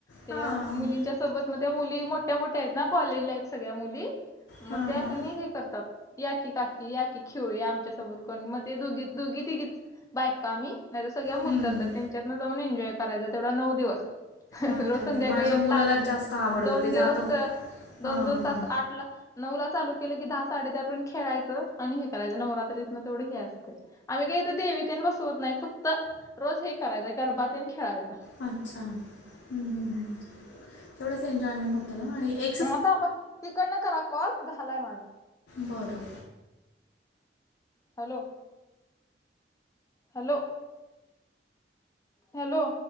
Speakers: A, on the left (about 20°); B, on the left (about 90°).
A: ते
B: हां
A: मुलींच्या सोबत मग त्या मुली मोठ्या मोठ्या आहेत ना कॉलेजला आहेत सगळ्या मुली. मग
B: हां
A: त्या
B: हां
A: कणी हे करतात या की काकी या की खेवळी आमच्या सोबत कोणी मग ते दोघी दोघी तिघीच बायक का आम्ही नाही तर सगळ्या मुलीच
B: हम्म
A: असतात त्यांच्यातनं जाऊन एन्ॉय करायं तेवढा नऊ दिवस
B: मग
A: रोसन
B: काय
A: द्या
B: माझ्या
A: का एकता
B: मुलालाच जास्त आवडतं
A: दोन
B: ते
A: दिवस
B: जातं
A: दोन
B: हां
A: दोन
B: हां
A: तास आठ ला नऊ ला चालू केले की दहा साडे दहापर्यंत खेळायचं आणि हे करायचं नवरात्रीतन तेवढं हे असते आम्ही काही तर देवीतन बसवत नाही फक्त रोज हे करायचं गरबातीन खेळायच
B: अच्छा ह््् तेवढंच एन्जॉयमेंट होत ना आणि एक
A: ह आता बघ तिकडन करा कॉल झालाय माझा
B: बरं
A: हॅलो हॅलो हॅलो